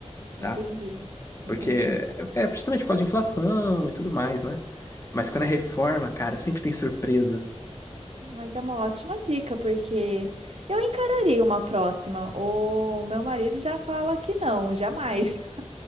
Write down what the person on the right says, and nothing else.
Entendi,
entendi.
Mas é uma ótima dica, porque eu encararia uma próxima. O meu marido já fala que não, jamais.